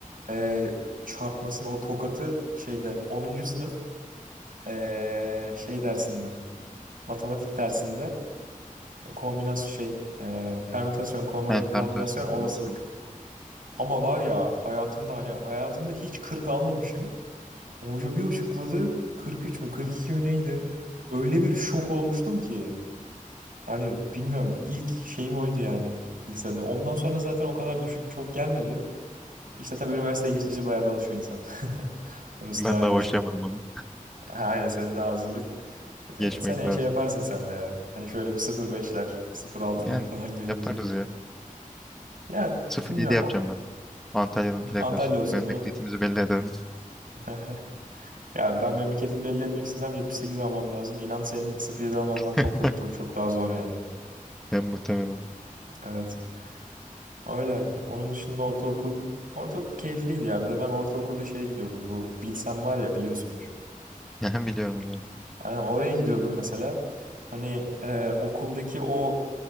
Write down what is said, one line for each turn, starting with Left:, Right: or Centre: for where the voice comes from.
Right: e, çarpmasını o tokatı şeyde onuncu sınıf e, şey dersinde matematik dersinde e, kombinasyon şey e, permütasyon kombin-
Centre: Yani permütasyon
Right: kombinasyon olasılık.
Centre: kombinasyonu.
Right: Ama var ya hayatımda hani hayatımda hiç 40 almamışım. Hoca bir açıkladı 43 mü 42 mi neydi? Öyle bir şok olmuştum ki. Hani bilmiyorum ilk şeyim oydu yani lisede. Ondan sonra zaten o kadar düşük çok gelmedi. İşte tabii üniversiteye geçince bayağı bir alışıyor insan. <laughs> Orası
Centre: Ben
Right: da ayrı
Centre: daha
Right: bir
Centre: başlayamadım
Right: şey.
Centre: onu.
Right: Ha, Aynen senin de hazırlık. E,
Centre: Geçmek
Right: Seneye
Centre: lazım.
Right: şey yaparsın sen de ya. Hani şöyle bir sıfır beşler sıfır altılar
Centre: Yani
Right: falan gelince.
Centre: yaparız ya.
Right: yani
Centre: Sıfır
Right: bilmiyorum.
Centre: yedi yapacağım
Right: o-
Centre: ben. Antalya'nın plakası.
Right: Antalya olsun
Centre: Memleketimizi
Right: değil mi?
Centre: belli ederim.
Right: <laughs> Ya ben memleketimi belli etmek istesem 78 almam lazım. İnan senin sıfır yedi almandan çok
Centre: <laughs>
Right: çok çok çok daha zor yani.
Centre: Ben muhtemelen.
Right: Evet. Öyle. Onun dışında ortaokul. Ortaokul keyifliydi ya. Bir de ben ortaokulda şeye gidiyordum. Bu Bilsem var ya biliyorsundur.
Centre: Yani biliyorum biliyorum.
Right: Aynen oraya gidiyordum mesela. Hani e, okuldaki o